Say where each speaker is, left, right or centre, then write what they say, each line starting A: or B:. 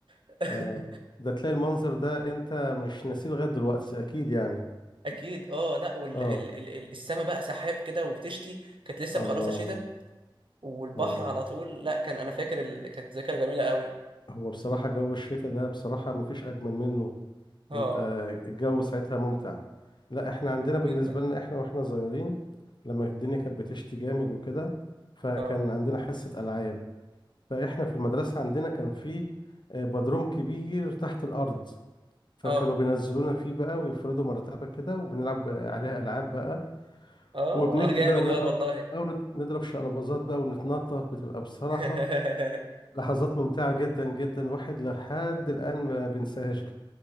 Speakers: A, on the right; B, on the left.
A: <laughs>
B: اه ده تلاقي المنظر ده انت مش ناسيه لغايه دلوقتي اكيد يعني
A: اكيد اه لا وال
B: اه
A: ال ال ال- السما بقى سحاب كده وبتشتي كانت لسه
B: الله
A: مخلصه شتاء والبحر
B: اه
A: على طول لا كان انا فاكر ال... كانت ذاكره جميله قوي
B: هو بصراحه جو الشتاء ده بصراحه مفيش اجمل منه
A: اه
B: بيبقى الجو ساعتها ممتع لا احنا عندنا بالنسبة
A: جدا
B: لنا احنا واحنا صغيرين لما الدنيا كانت بتشتي جامد وكده فكان
A: اه
B: عندنا حصة ألعاب فاحنا في المدرسة عندنا كان في آه، بدروم كبير تحت الأرض فكانوا
A: اه
B: بينزلونا فيه بقى ويفردوا مرتبة كده وبنلعب آه، عليها ألعاب بقى
A: اه
B: وبنجري
A: جامد
B: بقى ونضرب
A: بقى والله
B: أو ند- نضرب شقلباظات بقى ونتنطط بتبقى بصراحة
A: <laughs>
B: لحظات ممتعة جدا جدا واحد لحد الآن ما بينساهاش